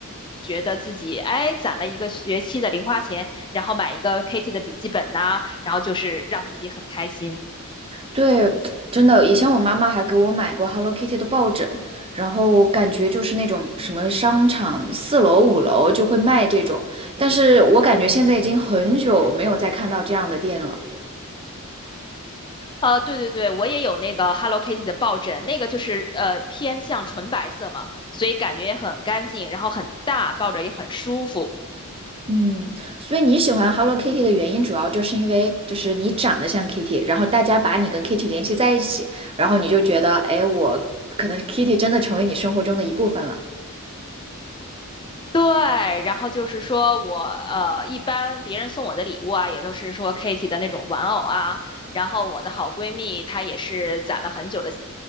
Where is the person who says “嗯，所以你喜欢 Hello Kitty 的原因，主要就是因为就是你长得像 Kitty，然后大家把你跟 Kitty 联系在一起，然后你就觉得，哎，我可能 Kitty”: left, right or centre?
Right